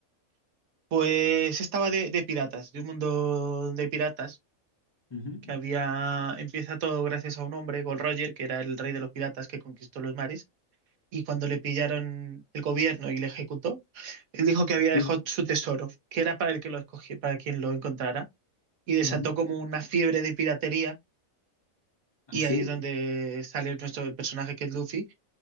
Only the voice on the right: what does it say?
Pues estaba de, de piratas, de un mundo de piratas,
que había, empieza todo gracias a un hombre, Gold Roger, que era el rey de los piratas que conquistó los mares, y cuando le pillaron el gobierno y le ejecutó, él dijo que había
dejado su tesoro, que era para el que lo escogía, para quien lo encontrara, y desató
como una fiebre de piratería,
y
ahí es donde sale nuestro el personaje que es Luffy,